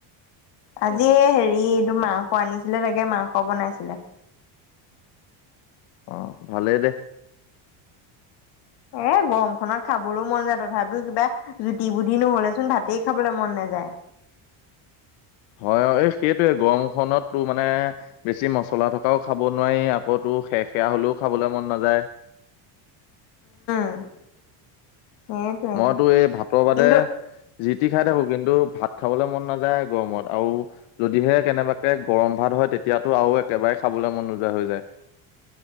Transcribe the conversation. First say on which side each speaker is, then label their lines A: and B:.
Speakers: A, on the left (about 55°); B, on the left (about 80°).
A: আজি হেৰি এইটো মাংস আনিছিলে তাকে মাংস বনাইছিলে
B: অ ভালেই দে
A: এ গৰমখনত খাবলৈও মন যায় তথাপিও কিবা জুতি পুতি নহলে চোন ভাতেই খাবলৈ মন নাযায়
B: হয় হয় অ এই সেইটোৱে গৰমখনত তোৰ মানে বেছি মচলা থকাও খাব নোৱাৰি আকৌ তোৰ সেৰ সেৰা হলেও খাবলৈ মন নাযায়
A: উম সেইটোৱে
B: মইতো এই ভাতৰ বাদে
A: কিন্তু
B: জি টি খাই থাকো কিন্তু ভাত খাবলৈ মন নাযায় গৰমত আৰু যদিহে কেনেবাৰে গৰম ভাত হয় তেতিয়াতো আৰু একেবাৰেই খাবলৈ মন নোযোৱা হৈ যায়